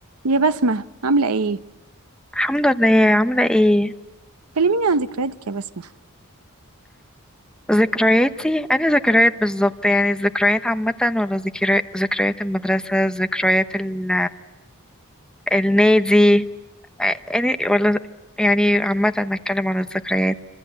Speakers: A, on the right; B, in the centre.
A: يا بسمة عاملة ايه؟
B: الحمد لله عاملة ايه
A: كلميني عن ذكرياتك يا بسمة
B: ذكرياتي أنا ذكريات بالظبط يعني الذكريات عامة ولا ذكريات ذكريات المدرسة ذكريات ال... النادي أنا ولا يعني عامة نتكلم عن الذكريات